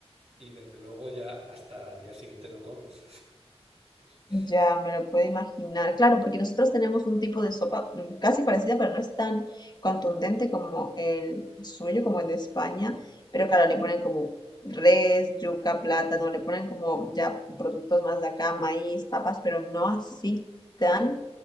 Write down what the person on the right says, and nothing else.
y desde luego ya hasta el día siguiente no comes. <laughs>